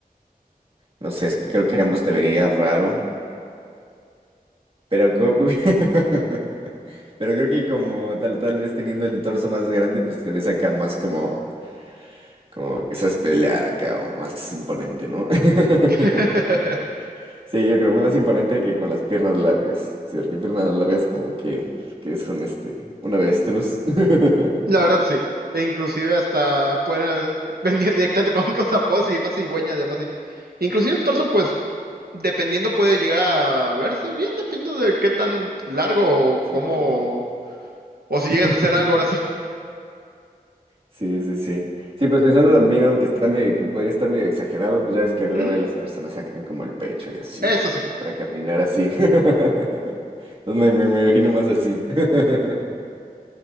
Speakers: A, on the right (about 35°); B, on the right (about 80°).
A: no sé, es que creo que ambos te verías raro. Pero, co- <laughs> pero creo que como tal, tal vez teniendo el torso más grande, pues te ves acá más como, como que sabes pelear acá, o más imponente, ¿no? <laughs>
B: <laughs>
A: Sí, yo creo más imponente que con las piernas largas. Sí, porque piernas largas como que, que eres un este, un avestruz. <laughs>
B: La verdad sí. E inclusive hasta pueden <laughs> eh, venir directamente con <laughs> cosas y más cigüeña además. Y yo. Inclusive el torso, pues, dependiendo puede llegar a verse bien, dependiendo de qué tan largo o
A: Sí,
B: cómo,
A: no.
B: o si
A: <laughs>
B: llegas a hacer algo ahora sí.
A: Sí, sí, sí. Sí, pues pensando también, aunque está medio, que podría estar medio exagerado, pues ya ves que luego
B: Ujú,
A: las personas sacan como el pecho y así,
B: Eso sí.
A: para caminar así. <laughs> Entonces me, me- me imagino más así. <laughs>